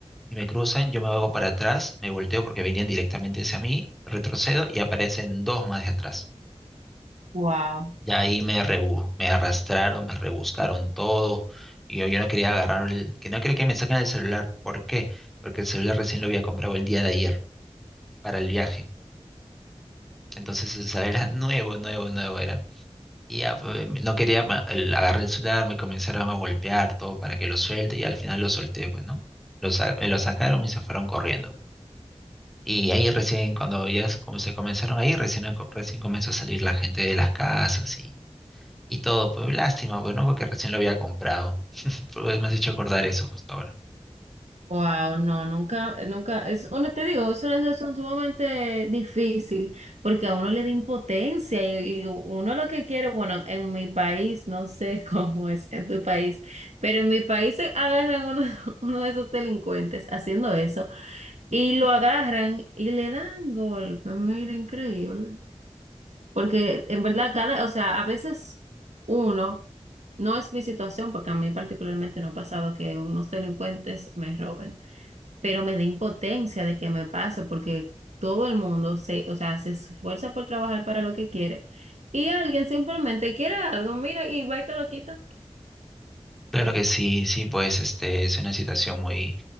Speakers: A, in the centre; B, on the right (about 85°).
A: y me cruzan, yo me hago para atrás, me volteo porque venían directamente hacia mí, retrocedo y aparecen dos más de atrás.
B: Wow,
A: Ya ahí me rebu- me arrastraron, me rebuscaron todo. Y yo, yo no quería agarrar el, que no quería que me saquen el celular. ¿Por qué? Porque el celular recién lo había comprado el día de ayer para el viaje. Entonces el celular era nuevo, nuevo, nuevo era. Y ya pues, no quería ma- el- agarrar el celular, me comenzaron a golpear todo para que lo suelte y al final lo solté, pues, ¿no? Lo sa- me lo sacaron y se fueron corriendo. Y ahí recién, cuando ya se com- se comenzaron ahí, recién, a co- recién comenzó a salir la gente de las casas y, y todo. Pues lástima, pues no, porque recién lo había comprado. <laughs> Pues me has hecho acordar eso justo ahora.
B: wow, no, nunca, nunca, es una, te digo, es una situación sumamente difícil porque a uno le da impotencia y, y uno lo que quiere, bueno, en mi país, no sé <laughs> cómo es en tu país, pero en mi país se agarran uno, <laughs> uno de esos delincuentes haciendo eso Y lo agarran y le dan golpe, mira, increíble. Porque en verdad, cada, o sea, a veces uno, no es mi situación, porque a mí particularmente no ha pasado que unos delincuentes me roben, pero me da impotencia de que me pase, porque todo el mundo se, o sea, se esfuerza por trabajar para lo que quiere, y alguien simplemente quiere algo, mira, y va y te lo quita.
A: Claro que sí, sí, pues este es una situación muy,